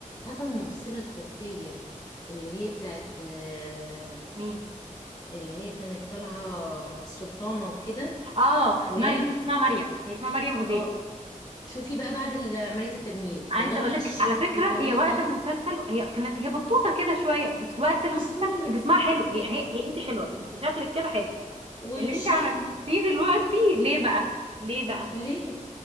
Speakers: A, on the left; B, on the right.
A: عارفه الممثله التركيه اللي هي بتاعت آه،
B: مين
A: اللي هي كانت طالعه السلطانه وكده
B: اه
A: ويام
B: مريم اسمها مريم هي اسمها مريم أوزيل
A: اه شوفي بقى بعد ال- عمليه التجميل
B: عايزه
A: والله
B: اقول
A: وحشت
B: لك على فكره
A: بطريقه
B: هي وقت المسلسل هي كانت هي بطوطه كده شويه بس وقت المسلسل
A: عسوله
B: جسمها حلو هي هي, هي انت حلوه انت شكلك كده حلو
A: ووشها
B: اللي انت عملتيه دلوقتي ليه بقى ليه بقى
A: ليه؟